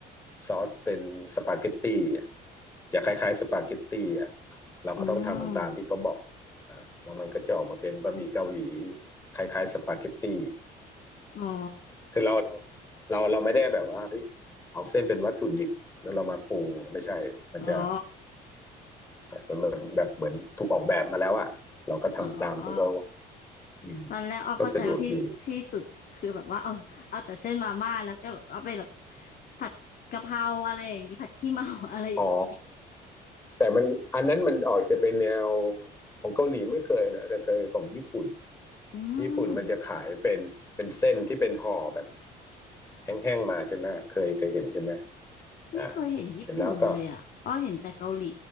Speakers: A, on the left; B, on the left.
A: ซอสเป็นสปาเกตตี้อ่ะจะคล้ายๆสปาเกตตี้อ่ะเราก็ต้องทำตามที่เขาบอก
B: อืม
A: อ่าแล้วมันก็จะออกมาเป็นบะหมี่เกาหลีคล้ายๆสปาเกตตี้
B: อ๋อ
A: คือเราเราเราเราไม่ได้แบบว่าเฮ้ยเอาเส้นเป็นวัตถุดิบแล้วเรามาปรุงไม่ใช่ มันจะ
B: อ๋อ
A: มันแบบแบบเหมือนถูกออกแบบมาแล้วอะเราก็ทำตามที่เขา
B: อ๋ออ๋อ
A: อืม
B: ตอนแรกอ้อเข้าใจว่าพี่พี่สุดคือแบบว่าเอาเอาแต่เส้นมาม่าแล้วก็เอาไปแบบ
A: ก็สะดวกดี
B: ผัดกะเพราอะไรอย่างนี้ผัดขี้เมา <laughs> อะไรอย่างนี้
A: อ๋อแต่มันอันนั้นมันออกจะเป็นแนวของเกาหลีไม่เคยนะแต่เคยของญี่ปุ่น
B: อื
A: ญี่ปุ่นมันจะขายเป็นเป็นเส้นที่เป็นห่อแบบ
B: ม
A: แห้งๆมาใช่ไหมเคยเคยเห็นใช่ไหม
B: ไม่เคยเห็นญี่ปุ่นเลยอ่ะอ้อเห็นแต่เกาหลี
A: อ่าเสร็จแล้วก็